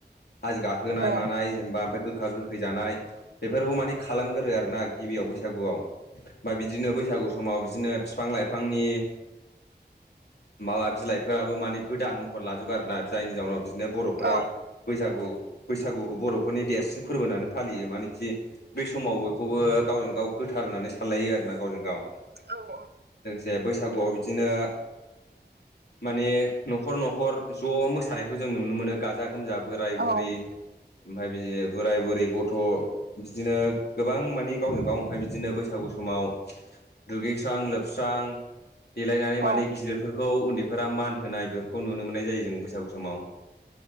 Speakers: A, on the left; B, on the right.
A: हाजो गाखोनाय
B: औ
A: मानाय जेनबा ओमफाय गोखा गोखै जानाय। बेफोरखौ मानि खालामगोरो आरो ना गिबियाव बैसागुआव मा बिदिनो बैसागु समाव बिदिनो फिफां लाइ लाइफांनि माबा बिलाइफोराबो माने गोदान महर लाजोबो आरो ना जायनि जाउनाव बिदिनो बर'फोरा
B: औ
A: बैसागु बैसागुखौ बर'फोरनि देरसिन फोरबो होनानै फालियो मा ओनो <unintelligible> बे समाव बयखौबो गावजों गाव गोथार होननानै सानलायो आरो ना गावजों गाव।
B: औ
A: लोगोसे बैसागुआव बिदिनो माने न'खर न'खर ज' मोसानायखौ जों नुनो मोनो गाजा <unintelligible> बोराय
B: औ
A: बुरि ओमफ्राय बिदि बोराय बुरि गथ' बिदिनो गोबां मानि गावजों गाव ओमफ्राय बिदिनो बैसागु समाव दुगैस्रां लोबस्रां देलायनानै माने
B: औ औ
A: गिदिरफोरखौ उन्दैफोरा मान होनाय बेफोरखौ नुनो मोननाय जायो जों बैसागु समाव।